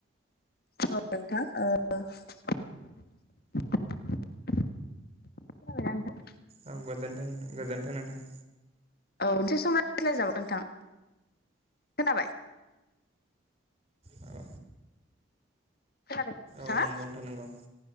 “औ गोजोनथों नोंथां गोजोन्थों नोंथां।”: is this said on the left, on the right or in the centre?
Right